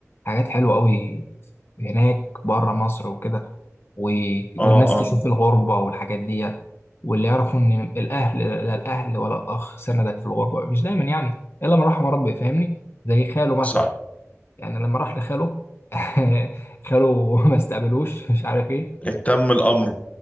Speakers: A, on the left; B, on the left.
A: حاجات حلوة قوي هناك بره مصر وكده و...
B: اه
A: والناس
B: اه
A: تشوف الغربة والحاجات ديت واللي يعرفوا ان الاهل لا الاهل ولا الاخ سندك في الغربة مش دايما يعني الا من رحم ربي فاهمني زي خاله مثلا
B: صح
A: يعني لما راح لخاله <laughs> خاله ما استقبلوش مش عارف ايه
B: اهتم الامر